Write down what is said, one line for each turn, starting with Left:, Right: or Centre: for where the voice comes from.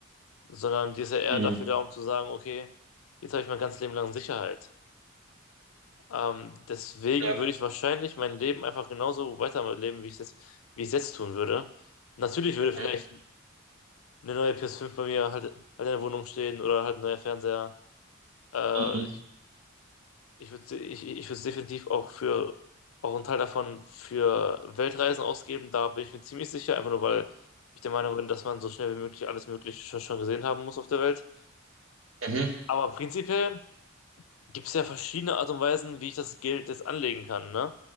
Left: sondern die ist ja eher
Right: Mhm.
Left: dafür da, um zu sagen, okay, jetzt habe ich mein ganzes Leben lang Sicherheit. Ähm, deswegen
Right: Ja.
Left: würde ich wahrscheinlich mein Leben einfach genauso weiterleben, wie ich es jetzt, wie ich es jetzt tun würde. Natürlich würde
Right: Mhm.
Left: vielleicht eine neue PS5 bei mir halt, halt in der Wohnung stehen oder halt ein neuer Fernseher. Äh,
Right: Mhm.
Left: ich, ich würde ich, ich würde definitiv auch für auch einen Teil davon für Weltreisen ausgeben. Da bin ich mir ziemlich sicher, einfach nur weil ich der Meinung bin, dass man so schnell wie möglich alles Mögliche schon, schon gesehen haben muss auf der Welt.
Right: Mhm.
Left: Aber prinzipiell gibt es ja verschiedene Art und Weisen, wie ich das Geld jetzt anlegen kann, ne?